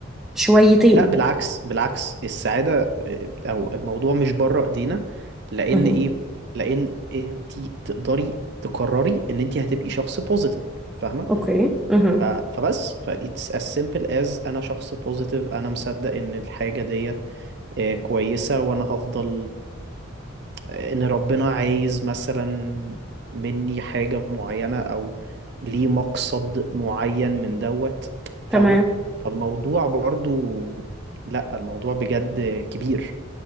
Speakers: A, in the centre; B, on the right.
A: شويتين
B: لا بالعكس بالعكس السعاده آه، او الموضوع مش بره ايدينا لان
A: مه.
B: ايه لان انت تقدري تقرري ان انت هتبقي شخص بوزيتيف فاهمه
A: أوكي مه.
B: ف- فبس ف it's as simple as انا شخص بوزيتيف انا مصدق ان الحاجه ديت آه، كويسه وانا هفضل ان ربنا عايز مثلا مني حاجة معينة او ليه مقصد معين من دوت فاهمة
A: تمام
B: فالموضوع برضو لا الموضوع بجد كبير